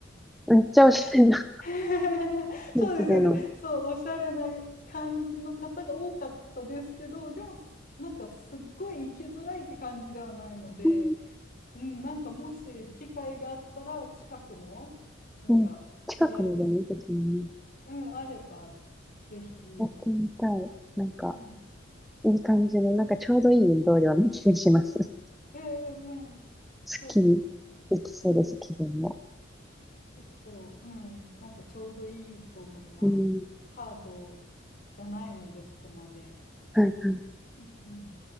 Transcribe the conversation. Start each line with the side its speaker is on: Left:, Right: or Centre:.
Centre: めっちゃおしゃれな
Left: <laughs> そうですよね。
Centre: 雰囲気での。
Left: そう、おしゃれな感じの方が多かったですけど、でも、すなんかすっごい行きづらいって感じではないので、
Centre: うん。
Left: うん、なんかもし機会があったら、近くの、なんか、
Centre: うん近くにでもいいですもんね。
Left: ピラティス、うん、あれば、ぜひ。
Centre: やってみたい。なんか、
Left: うん
Centre: いい感じの、なんかちょうどいい運動量の気がします。<laughs>
Left: ええええ
Centre: すっきりできそうです、
Left: そうですね。
Centre: 気分も。
Left: 結構、うん、なんかちょうどいいと思います。
Centre: うん。
Left: ハードじゃないので、そこまで。
Centre: はいはい。
Left: うんうん